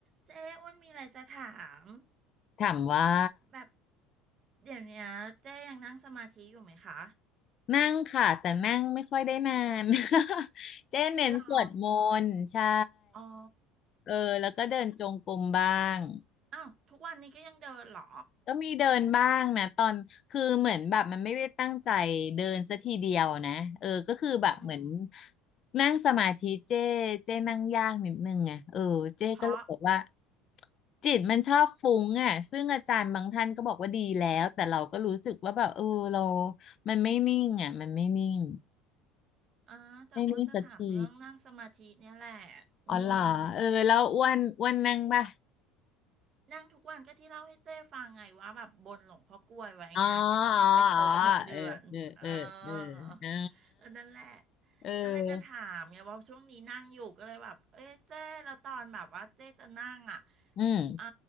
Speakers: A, on the right (about 35°); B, on the left (about 35°).
A: เจ๊อ้วนมีอะไรจะถาม
B: ถามว่า
A: แบบเดี๋ยวเนี้ยเจ๊ยังนั่งสมาธิอยู่ไหมคะ
B: นั่งค่ะแต่นั่งไม่ค่อยได้นาน <laughs> เจ๊เน้นสวดมนต์ใช่
A: หรออ๋อ
B: เออแล้วก็เดินจงกรมบ้าง
A: แต่อ้าวทุกวันนี้ก็ยังเดินเหรอ
B: ก็มีเดินบ้างนะตอนคือเหมือนแบบมันไม่ได้ตั้งใจเดินซะทีเดียวนะเออก็คือแบบเหมือน
A: อืม
B: นั่งสมาธิเจ้เจ้นั่งยากนิดนึงไงเออเจ้ก็เลยบอกว่า
A: เพราะ
B: จิตมันชอบฟุ้งอ่ะซึ่งอาจารย์บางท่านก็บอกว่าดีแล้วแต่เราก็รู้สึกว่าแบบเออเรามันไม่นิ่งอ่ะมันไม่นิ่ง
A: อ่าแต่อ้วนจะถามเรื่องนั่งสมาธิเนี่ยแหละ
B: ไม่นิ่งสักที
A: อืม
B: อ๋อเหรอเออแล้วอ้วนอ้วนนั่งป่ะ
A: นั่งทุกวันก็ที่เล่าให้เจ้ฟังไงว่าแบบบนหลวงพ่อกล้วยไว้ไงก็นี่ยังไม่ครบหนึ่งเดือนเอ
B: อ๋ออ๋ออ๋อเออเออเออเออ
A: อ
B: อ่า
A: ก็นั่นแหละ
B: เออ
A: ก็เลยจะถามไงว่าช่วงนี้นั่งอยู่ก็เลยแบบเอ้ยเจ้แล้วตอนแบบว่าเจ้จะนั่งอ่ะ
B: อืม
A: อ่า